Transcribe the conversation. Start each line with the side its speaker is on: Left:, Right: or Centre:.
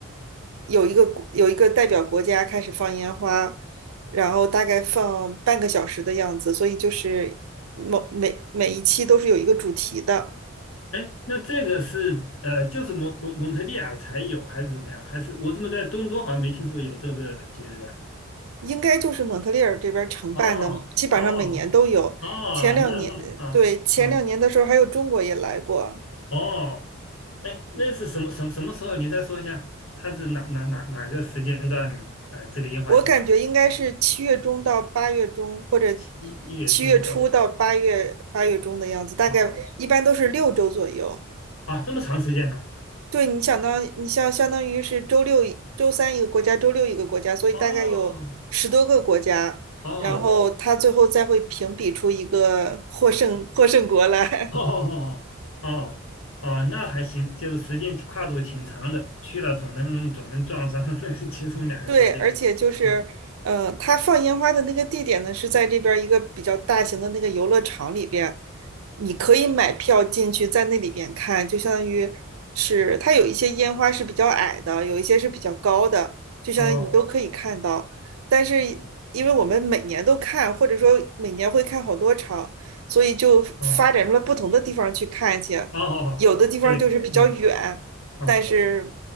Right: 有一个国有一个代表国家开始放烟花，然后大概放半个小时的样子，所以就是某每每一期都是有一个主题的，
Left: 哎，那这个是呃，就是蒙蒙蒙特利尔才有，还是怎么样？还是我怎么在多伦多好像没听说有这个节日啊？
Right: 应该就是蒙特利尔这边儿承办的，
Left: 哦哦
Right: 基本上每年都有。
Left: 哦，
Right: 前两年，
Left: 那那啊啊
Right: 对，前两年的时候还有中国也来过，
Left: 哦，哎，那是什么什么什么时候？你再说一下，它是哪哪哪哪个时间段？呃，这个烟花节啊，
Right: 我感觉应该是七月中到八月中，或者
Left: 七月中到
Right: 七月初到八月八月中的样子，大概一般都是六周左右。
Left: 哦啊，这么长时间呢、
Right: 对，你想当你像相当于是周六一周三一个国家，周六一个国家，所以大概有十多个国家，
Left: 哦哦
Right: 然后他最后再会评比出一个获胜获胜国来。
Left: <laughs> 哦哦哦，哦那还行，就是时间跨度挺长的，去了总能总能撞上 <laughs> 其中两个国家。
Right: 对，而且就是，
Left: 啊
Right: 呃，它放烟花的那个地点呢，是在这边儿一个比较大型的那个游乐场里边，你可以买票进去，在那里边看，就相当于是它有一些烟花是比较矮的，有一些是比较高的，就相当于你都可以看到。
Left: 哦
Right: 但是
Left: 哦
Right: 因为我们每年都看，或者说每年会看好多场，所以就发展出了不同的地方去看去，
Left: 哦哦哦，
Right: 有的地方就是比较远。
Left: 对对，哦
Right: 但是